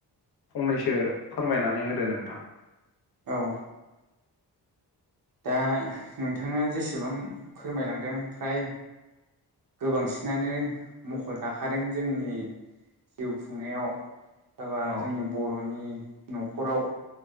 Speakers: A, on the left; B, on the right.
A: फंनैसो फोरमायनानै होदो नोंथां
B: औ दा नोंथाङा जेसेबां फोरमायलांदों फ्राय गोबांसिनानो मख' दाखादों जोंनि जिउ खुंनायाव हाबा
A: औ
B: जोंनि बर'नि न'खराव